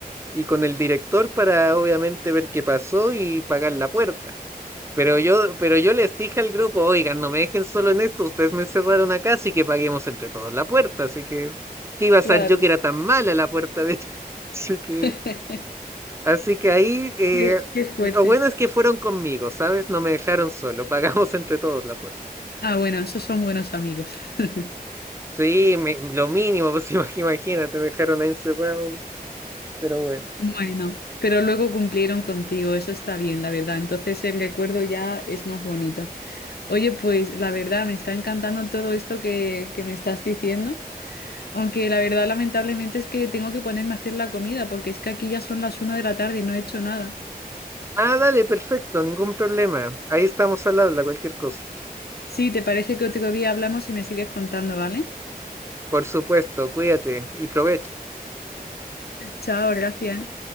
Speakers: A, on the right (about 15°); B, on the left (about 80°).
A: y con el director para obviamente ver qué pasó y pagar la puerta. Pero yo, pero yo les dije al grupo, oigan, no me dejen solo en esto, ustedes me encerraron acá, así que paguemos entre todos la puerta, así que, ¿qué iba a
B: Claro.
A: ser yo que era tan mala la puerta de hecho? <laughs> Así que,
B: <laughs>
A: así que ahí, eh,
B: Qué, qué fuerte.
A: lo bueno es que fueron conmigo, ¿sabes? No me dejaron solo, <laughs> pagamos entre todos la puerta.
B: Ah, bueno, esos son buenos amigos. <laughs>
A: Sí, me- lo mínimo, pues <laughs> imag- imagínate, me dejaron ahí encerrado, pero bueno.
B: Bueno, pero luego cumplieron contigo, eso está bien, la verdad. Entonces el recuerdo ya es más bonito. Oye, pues la verdad me está encantando todo esto que, que me estás diciendo, aunque la verdad lamentablemente es que tengo que ponerme a hacer la comida, porque es que aquí ya son las una de la tarde y no he hecho nada.
A: Ah, dale, perfecto, ningún problema. Ahí estamos al habla, cualquier cosa.
B: Sí, ¿te parece que otro día hablamos y me sigues contando, ¿vale?
A: Por supuesto, cuídate y provecha.
B: Chao, gracias.